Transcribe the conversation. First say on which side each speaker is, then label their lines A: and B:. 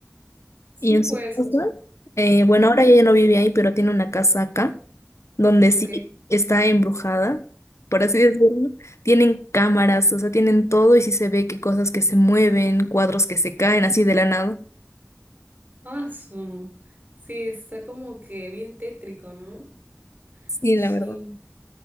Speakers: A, on the right; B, on the left.
A: Sí,
B: Y en
A: pues.
B: su casa, eh, bueno,
A: Ujú,
B: ahora ella ya no vive ahí, pero tiene una casa acá, donde
A: Ok.
B: sí está embrujada, por así decirlo. Tienen cámaras, o sea, tienen todo y sí se ve que cosas que se mueven, cuadros que se caen así de la nada.
A: Ah, su. Sí, está como que bien tétrico, ¿no?
B: Sí,
A: Sí,
B: la verdad.